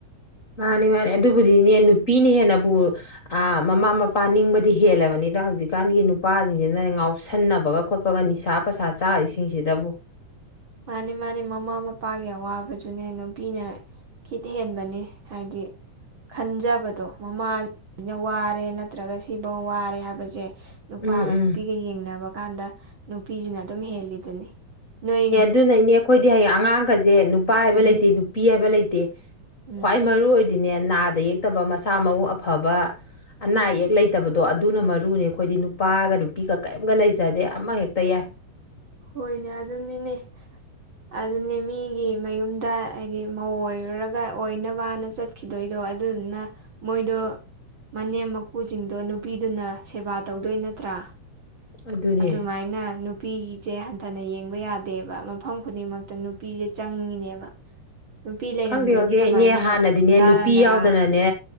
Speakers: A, on the left; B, on the right.
A: ꯃꯥꯅꯤ ꯃꯥꯅꯤ ꯑꯗꯨꯕꯨꯗꯤꯅꯦ ꯅꯨꯄꯤꯅ ꯍꯦꯟꯅꯕꯨ ꯃꯃꯥ ꯃꯄꯥ ꯅꯤꯡꯕꯗꯤ ꯍꯦꯜꯂꯕꯅꯤꯗ ꯍꯧꯖꯤꯛꯀꯥꯟꯒꯤ ꯅꯨꯄꯥꯁꯤꯡꯁꯤꯅ ꯉꯥꯎꯁꯟꯅꯕꯒ ꯈꯣꯠꯄꯒ ꯅꯤꯁꯥꯞ ꯄꯩꯁꯥ ꯆꯥꯔꯤꯁꯤꯡꯁꯤꯗꯕꯨ꯫
B: ꯃꯥꯅꯤ ꯃꯥꯅꯤ ꯃꯃꯥ ꯃꯄꯥꯒꯤ ꯑꯋꯥꯕꯗꯨꯅꯦ ꯅꯨꯄꯤꯅ ꯀꯤꯠ ꯍꯦꯟꯕꯅꯤ ꯍꯥꯏꯗꯤ ꯈꯟꯖꯕꯗꯣ ꯃꯃꯥꯁꯤꯅ ꯋꯥꯔꯦ ꯅꯠꯇ꯭ꯔꯒ ꯁꯤꯐꯧ ꯋꯥꯔꯦ ꯍꯥꯏꯕꯁꯦ ꯅꯨꯄꯥꯒ
A: ꯎꯝ ꯎꯝ
B: ꯅꯨꯄꯤꯒ ꯌꯦꯡꯅꯕ ꯀꯥꯟꯗ ꯅꯨꯄꯤꯁꯤꯅ ꯑꯗꯨꯝ ꯍꯦꯜꯂꯤꯗꯨꯅꯤ ꯅꯣꯏ
A: ꯑꯗꯨꯅꯩꯅꯦ ꯑꯩꯈꯣꯏꯗꯤ ꯍꯌꯦꯡ ꯑꯉꯥꯡꯒꯁꯦ ꯅꯨꯄꯥ ꯍꯥꯏꯕ
B: ꯎꯝ
A: ꯂꯩꯇꯦ ꯅꯨꯄꯤ ꯍꯥꯏꯕ ꯂꯩꯇꯦ
B: ꯎꯝ
A: ꯈ꯭ꯋꯥꯏ ꯃꯔꯨ ꯑꯣꯏ ꯑꯗꯨꯅꯦ ꯅꯥꯗ ꯌꯦꯛꯇꯕ ꯃꯁꯥ ꯃꯎ ꯑꯐꯕ ꯑꯅꯥ ꯑꯌꯦꯛ ꯂꯩꯇꯕꯗꯣ ꯑꯗꯨꯅ ꯃꯔꯨꯅꯦ ꯑꯩꯈꯣꯏꯗꯤ ꯅꯨꯄꯥꯒ ꯅꯨꯄꯤꯒ ꯀꯔꯤꯝꯒ ꯂꯩꯖꯗꯦ ꯑꯃꯍꯦꯛꯇ ꯌꯥꯏ
B: ꯍꯣꯏꯅꯦ ꯑꯗꯨꯅꯤꯅꯦ ꯑꯗꯨꯅꯤ ꯃꯤꯒꯤ ꯃꯌꯨꯝꯗ ꯍꯥꯏꯗꯤ ꯃꯧꯑꫭꯏꯔꯒ ꯑꯣꯏꯅꯕꯅ ꯆꯠ ꯈꯤꯗꯣꯏꯗꯣ ꯑꯗꯨꯗꯨꯅ ꯃꯣꯏꯗꯣ ꯃꯅꯦꯝ ꯃꯀꯨꯁꯤꯡꯗꯣ ꯅꯨꯄꯤꯗꯨꯅ ꯁꯦꯕꯥ ꯇꯧꯗꯣꯏ ꯅꯠꯇ꯭ꯔꯥ
A: ꯑꯗꯨꯅꯦ
B: ꯑꯗꯨꯃꯥꯏꯅ ꯅꯨ ꯅꯨꯄꯤꯒꯤꯁꯦ ꯍꯟꯊꯅ ꯌꯦꯡꯕ ꯌꯥꯗꯦꯕ ꯃꯐꯝ ꯈꯨꯗꯤꯡꯃꯛꯇ ꯅꯨꯄꯤꯁꯦ ꯆꯪꯉꯤꯅꯦꯕ ꯅꯨꯄꯤ ꯂꯩꯔꯝꯗ꯭ꯔꯗꯤ
A: ꯈꯪꯗꯦ ꯈꯪꯗꯦ
B: ꯀꯃꯥꯏꯅ
A: ꯏꯅꯦ ꯍꯥꯟꯅꯗꯤꯅꯦ
B: ꯗꯥꯔꯥ
A: ꯅꯨꯄꯤ
B: ꯅꯂꯥ
A: ꯌꯥꯎꯗꯅꯅꯦ